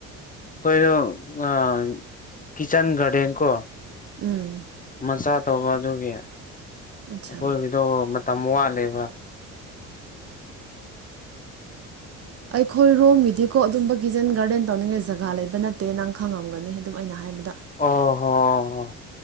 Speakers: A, on the left; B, on the right.
A: ꯑꯩꯈꯣꯏꯗꯣ ꯑꯥ ꯀꯤꯠꯆꯟ ꯒꯥꯔꯗꯦꯟ ꯀꯣ
B: ꯎꯝ
A: ꯃꯆꯥ ꯇꯧꯕ ꯑꯗꯨꯒꯤ
B: ꯑꯠꯆꯥ
A: ꯑꯀꯣꯏꯕꯤꯗꯣ ꯃꯇꯝ ꯋꯥꯠꯂꯦꯕ
B: ꯑꯩꯈꯣꯏ ꯔꯣꯝꯒꯤꯗꯤꯀꯣ ꯑꯗꯨꯝꯕ ꯀꯤꯖꯟ ꯒꯥꯔꯗꯦꯟ ꯇꯧꯅꯤꯡꯉꯦ ꯖꯒꯥ ꯂꯩꯕ ꯅꯠꯇꯦ ꯅꯪ ꯈꯪꯉꯝꯒꯅꯤ ꯑꯗꯨꯝ ꯑꯩꯅ ꯍꯥꯏꯕꯗ
A: ꯑꯣ ꯍꯣ ꯑ ꯍꯣ